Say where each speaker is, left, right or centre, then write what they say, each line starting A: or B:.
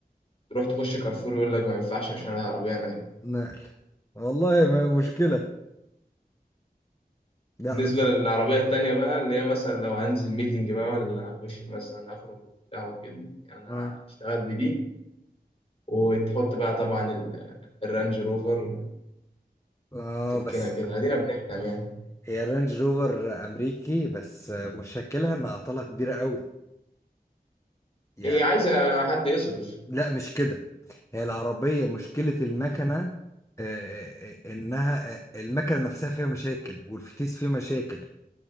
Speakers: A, on the left (about 35°); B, on the left (about 15°).
A: تروح تخش كارفور يقول لك ما ينفعش عشان العربية نقل
B: نقل والله ما مشكلة لا
A: بالنسبة
B: بس
A: للعربية التانية بقى اللي هي مثلا لو هنزل ميتنج بقى ولا هخش مثلا أخرج وبتاع وكده يعني أنا
B: اه,
A: اشتغلت بدي وتحط بقى طبعا ال- الرانج روفر
B: آه
A: تركينة
B: بس
A: كده أدينا بنحلم يعني
B: هي الرينج روفر امريكي بس مشكلها ان اعطالها كبيره قوي يعني
A: هي عايزة حد يصرف
B: لا مش كده هي العربيه مشكله المكنه آه، آه، انها آه، المكنه نفسها فيها مشاكل والفتيس فيه مشاكل